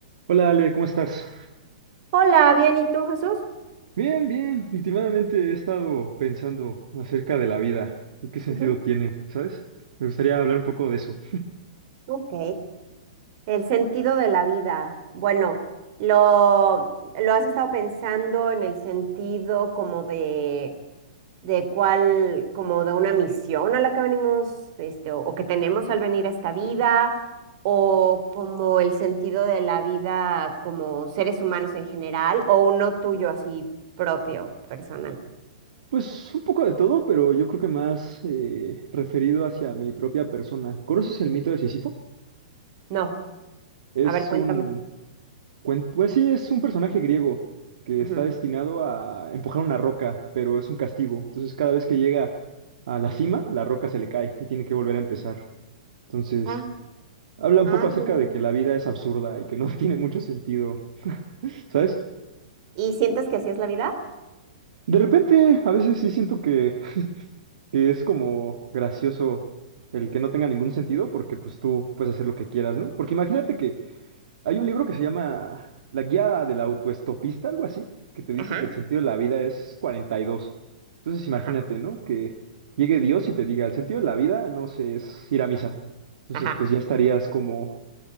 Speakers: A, on the right (about 65°); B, on the right (about 45°).
A: Hola Ale, ¿cómo estás?
B: Hola, bien, ¿y tú, Jesús?
A: Bien, bien. Últimamente he estado pensando acerca de la vida y qué sentido
B: Ujú,
A: tiene, ¿sabes? Me gustaría hablar un poco de eso.
B: Ok. El sentido de la vida. Bueno, lo, lo has estado pensando en el sentido como de, de cuál, como de una misión a la que venimos, este, o, o que tenemos al venir a esta vida, o como el sentido de la vida como seres humanos en general, o uno tuyo así propio, personal.
A: Pues un poco de todo, pero yo creo que más eh, referido hacia mi propia persona. ¿Conoces el mito de Sísifo?
B: No,
A: Es
B: a ver, cuéntame.
A: un cuen- pues sí, es un personaje griego que
B: Ujú.
A: está destinado a empujar una roca, pero es un castigo. Entonces cada vez que llega a la cima, la roca se le cae y tiene que volver a empezar. Entonces...
B: Ah,
A: Habla un
B: ah,
A: poco acerca
B: claro.
A: de que la vida es absurda y que no <laughs> tiene mucho sentido, ¿sabes?
B: ¿Y sientes que así es la vida?
A: De repente, a veces sí siento que, que es como gracioso el que no tenga ningún sentido porque pues tú puedes hacer lo que quieras, ¿no? Porque imagínate que hay un libro que se llama La guía del autoestopista, algo así, que te dice
B: Ajá,
A: que el sentido de la vida es 42. Entonces imagínate,
B: ajá,
A: ¿no? Que llegue Dios y te diga, el sentido de la vida, no sé, es ir a misa. Entonces
B: ajá.
A: pues ya estarías como